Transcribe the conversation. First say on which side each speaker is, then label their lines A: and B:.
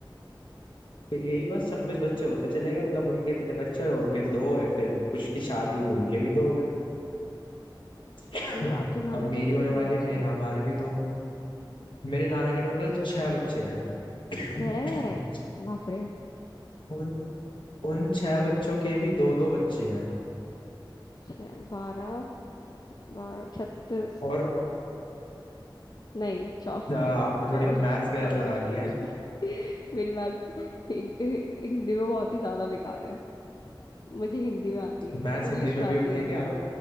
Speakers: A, on the left; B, on the left.
A: फिर यही बस छब्बीस बच्चे होते चले गए मतलब उनके इतने बच्चे हुए, उनके दो हुए फिर कुछ की शादी हुई उनके भी दो हो गए <laughs>
B: तो आपके
A: <clears throat>
B: नाना
A: अब मेरी
B: जी के
A: होने
B: कितने
A: वाली
B: बच्चे
A: है मेरे
B: हैं
A: हमारे भी दो मेरे नाना के टोटल छह बच्चे हैं <laughs>
B: छह बाप रे
A: <clears throat> उन उन छह बच्चों के भी दो दो बच्चे हैं
B: छः बारह बारह छत्तीस
A: और
B: नहीं चौ सॉरी
A: आ, आपने थोड़ी मैथ्स गलत
B: Sorry
A: लगा
B: sorry
A: लिया है
B: <laughs> मेरी बात हिं- हिंदी में बहुत ही ज्यादा बेकार है मुझे हिंदी में आती है
A: मैथ्स
B: इंग्लिश
A: हिंदी में
B: में आती
A: भी होती
B: है
A: है क्या